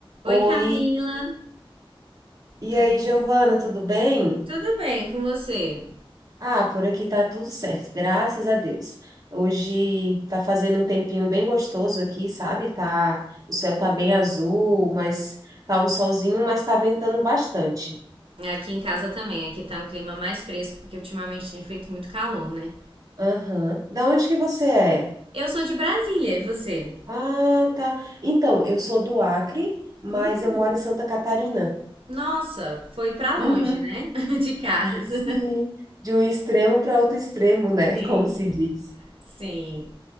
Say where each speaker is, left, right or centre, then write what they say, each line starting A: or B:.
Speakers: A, on the right (about 70°); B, on the right (about 40°).
A: Oi,
B: Oi,
A: Camila.
B: e
A: Tudo
B: aí, Giovana,
A: bem?
B: tudo bem?
A: Tudo bem com você?
B: Ah, por aqui tá tudo certo, graças a Deus. Hoje tá fazendo um tempinho bem gostoso aqui, sabe? Tá, o céu tá bem azul, mas tá um solzinho, mas tá ventando bastante.
A: Aqui em casa também. Aqui tá um clima mais fresco, porque ultimamente tem feito muito calor, né?
B: Aham. Da onde que você é?
A: Eu sou de Brasília, e você?
B: Ah, tá. Então, eu sou do Acre, mas
A: Hum,
B: eu moro em Santa Catarina.
A: nossa, foi pra longe,
B: Uhum.
A: né? <laughs> De casa.
B: Sim, de um extremo para outro extremo, né?
A: Sim,
B: <laughs> Como se diz.
A: sim.